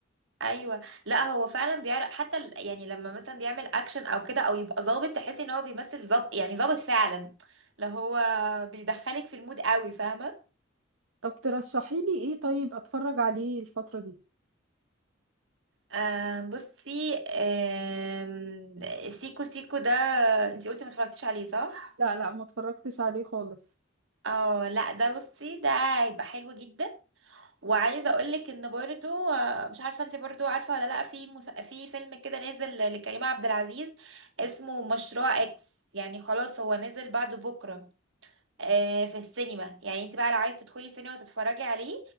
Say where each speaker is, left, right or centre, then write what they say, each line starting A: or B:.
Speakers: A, on the right; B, on the right.
A: ايوه لا هو فعلا بيعرف حتى ال- يعني لما مثلا بيعمل اكشن او كده او يبقى ظابط تحسي ان هو بيمثل ظابط يعني ظابط فعلا لو هو بيدخلك في المود قوي فاهمه
B: طب ترشحي لي ايه طيب اتفرج عليه الفتره دي
A: آه بصي آم، سيكو سيكو ده انتي قلتي ما اتفرجتيش عليه صح
B: لا لا ما اتفرجتش عليه خالص
A: اه لا ده بصي ده هيبقى حلو جدا وعايزه اقول لك ان برضو آه، مش عارفه انت برضو عارفه ولا لا في مس... في فيلم كده نازل لكريم عبد العزيز اسمه مشروع اكس يعني خلاص هو نازل بعد بكره آه، في السينما يعني انت بقى لو عايزه تدخلي السينما وتتفرجي عليه